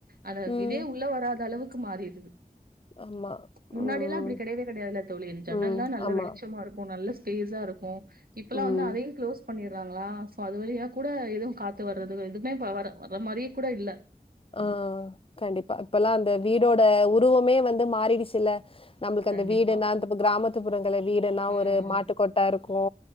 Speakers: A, on the right; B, on the left.
A: அந்த
B: ம்.
A: இதே உள்ள வராத அளவு க்கு மாறிருது
B: ஆமா.
A: முன்னாடிலா
B: ம்.
A: அப்டி கெடையவே கெடையாதுல தோழி ஜன்னல்லா
B: ம்.
A: நல்ல
B: ஆமா.
A: வெளிச்சமா இருக்கும் நல்ல <unintelligible> இருக்கும் இப்பெல்லா
B: ம்.
A: வந்து அதையு பண்ணிறாங்களா சோ அது வழியா கூட எதுவு காத்து வர்றது எதுமே இப்ப வர வர மாரியே கூட இல்ல
B: ஆஹ் கண்டிப்பா இப்பல்லா அந்த வீடோட உருவமே வந்து மாறிடுச்சில்ல நம்மளுக்கு
A: கண்டிப்பா.
B: அந்த வீடெல்லா அந்த பக் கிரா மத்துப் புறங்கள்ல வீடுன்னா
A: ம்.
B: ஒரு மாட்டுக்கொட்டா இருக் கோ